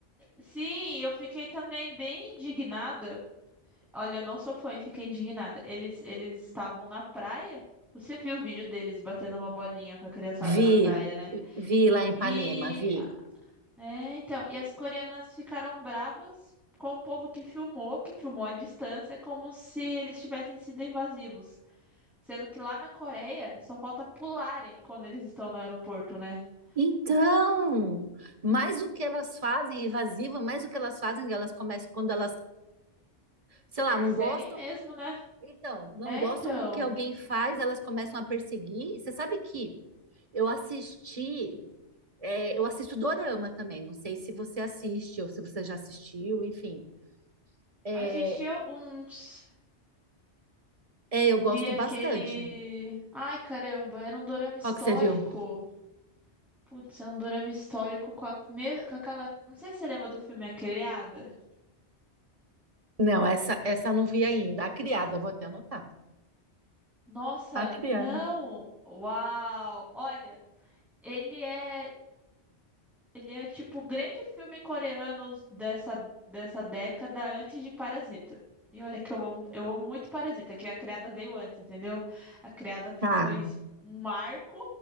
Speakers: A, in the centre; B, on the right (about 30°).
A: Sim, eu fiquei também bem indignada. Olha, eu não sou fã e fiquei indignada. Eles, eles estavam na praia. Você viu o vídeo deles batendo uma bolinha com a criançada
B: Vi,
A: na praia, né?
B: vi lá em Ipanema,
A: E
B: vi.
A: é, então, e as coreanas ficaram bravas com o povo que filmou, que filmou à distância, como se eles tivessem sido invasivos. Sendo que lá na Coreia só falta pularem quando eles estão no aeroporto, né?
B: Então,
A: É,
B: mais o que elas fazem, é evasiva, mais o que elas fazem, elas começam quando elas, sei lá,
A: Perseguem
B: não gostam.
A: mesmo, né?
B: Então, não
A: Né,
B: gostam
A: então.
B: do que alguém faz, elas começam a perseguir. Você sabe que eu assisti, é, eu assisto Dorama também. Não sei se você assiste ou se você já assistiu, enfim. É,
A: Assisti alguns.
B: é,
A: Eu
B: eu
A: vi
B: gosto
A: aquele.
B: bastante.
A: Ai, caramba, era um dorama histórico.
B: Qual que você viu?
A: Putz, é um dorama histórico com, a... me- com aquela. Não sei se você lembra do filme A Criada.
B: Não, essa, essa eu não vi ainda. A Criada, eu vou até anotar.
A: Nossa,
B: A criada.
A: não! Uau! Olha, ele é. Ele é tipo o grande filme coreano dessa, dessa década antes de Parasita. E olha que eu amo, eu amo muito Parasita, que a Criada veio antes, entendeu? A Criada foi
B: Tá.
A: um marco,